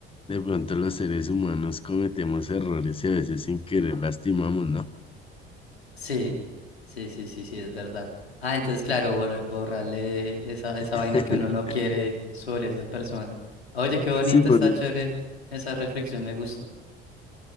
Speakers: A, on the left; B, on the left.
A: de pronto, los seres humanos cometemos errores y a veces sin querer lastimamos, ¿no?
B: Sí, sí, sí, sí, sí, es verdad. Ah, entonces, claro, borra- borrarle esa, esa
A: <laughs>
B: vaina que uno no quiere sobre esa persona. Oye, qué bonito,
A: Sí, por...
B: está chévere. Esa reflexión me gustó.